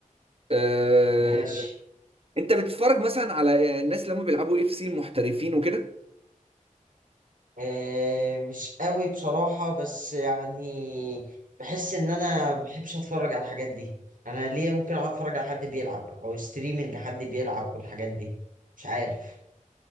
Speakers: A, on the right (about 45°); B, on the right (about 75°).
A: آه،
B: ماشي
A: انت بتتفرج مثلا على الناس اللي هم بيلعبوا اف سي المحترفين وكده
B: آه مش قوي بصراحة بس يعني بحس ان انا بحبش اتفرج على الحاجات دي انا ليه ممكن اقعد اتفرج على حد بيلعب او ستريمنج حد بيلعب والحاجات دي مش عارف